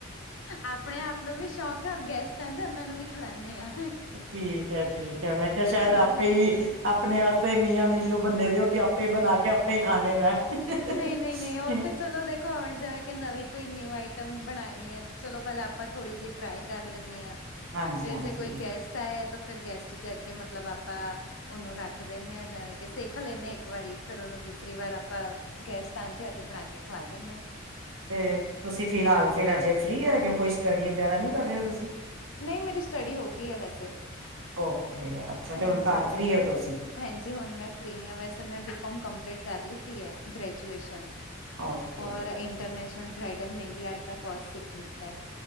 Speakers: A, on the left; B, on the right.
A: ਆਪਣੇ ਆਪ ਨੂੰ ਵੀ ਸ਼ੌਕ ਘਰ ਗੈਸਟ ਆਂਦਾ ਏ ਉਹਨਾਂ ਨੂੰ ਵੀ ਖਿਲਾਨੇ ਆ।
B: ਠੀਕ ਹੈ ਠੀਕ ਹੈ, ਮੈਂ ਕੇਆ ਸ਼ੈਦ
A: ਹਾਂਜੀ-ਹਾਂਜੀ।
B: ਆਪੇ ਈ ਆਪਣੇ ਅਸ ਆਪੇ ਈ ਮੀਆਂ ਮਿਲੂ ਬੰਨੇ ਦੇਓ ਕੇ ਆਪੇ ਈ ਬਣਾ ਕੇ ਆਪੇ ਈ ਖਾਣੇ ਦਾ ਐ।
A: ਨਹੀਂ, ਨਹੀਂ, ਨਹੀਂ ਉਹ ਤੇ ਚਲੋ ਦੇਖੋ ਆਉਣ ਜਾਵੇ ਕਿ ਨਵੀਂ ਕੋਈ ਨਿਊ ਆਈਟਮ ਬਣਾਣੀ ਹੈ, ਤੇ ਚਲੋ ਪਹੇਲਾਂ ਆਪਾਂ ਥੋੜ੍ਹੀ ਜਿਹੀ ਟਰਾਈ ਕਰ ਲੈਣੇ ਆ।
B: ਹਾਂਜੀ
A: ਫਿਰ
B: ਹਾਂਜੀ
A: ਜੇ ਕੋਈ ਗੈਸ ਚਾਯਏ ਤੋਂ ਫੇਰ ਗੈਸਟ ਦੇ ਅੱਗੇ ਮਤਲਬ ਆਪਾਂ ਉਹਨੂੰ ਰਾਖ ਦੇਣੇ ਆ, ਜੇਵੇਂ ਕਿ ਸੇਖ ਖਲੇ ਏਨੇ ਇੱਕ ਵਾਰੀ ਫੇਰ ਉਹਨੂੰ ਦੂਸਰੀ ਵਾਰ ਆਪਾਂ, ਗੈਸਟ ਆਂਦੇ ਐ, ਤੇ ਬਣਾ ਕੇ ਖਵਾ ਦੇਣੇ।
B: ਤੇ ਤੁਸੀਂ ਫਿਲਹਾਲ ਫਿਰ ਅਜੇ ਫ੍ਰਰੀ ਹੈਗੇ ਓ? ਕੋਈ ਸਟੱਡੀ ਵਗੈਰਾ ਨਈ ਕਰ ਰਏ ਹੋ ਤੁਸੀਂ?
A: ਨਈ ਮੇਰੀ ਸਟੱਡੀ ਹੋ ਗਈ ਏ ਵੈਸੇ,
B: ਓਕੇ ਅੱਛਾ ਤੇ
A: ਹਾਂਜੀ।
B: ਹੁਣ ਘਰ ਫ੍ਰਰੀ ਹੋ ਤੁਸੀਂ
A: ਹਾਂਜੀ ਹੁਣ ਮੈਂ ਫਰੀ ਆਂ, ਵੈਸੇ ਮੈਂ ਬੀ ਕੌਮ ਕੰਪਲੀਟ ਕਰ ਲਿੱਤੀ ਐ, ਗ੍ਰੈਜੂਏਸ਼ਨ।
B: ਓਕੇ
A: ਔਰ ਇੰਟਰਨੈਸ਼ਨਲ ਬ੍ਰਾਈਡਲ ਮੈਂਦੀ ਆਰਟ ਦਾ ਕੋਰਸ ਸਿੱਖ ਲਿੱਤਾ ਐ।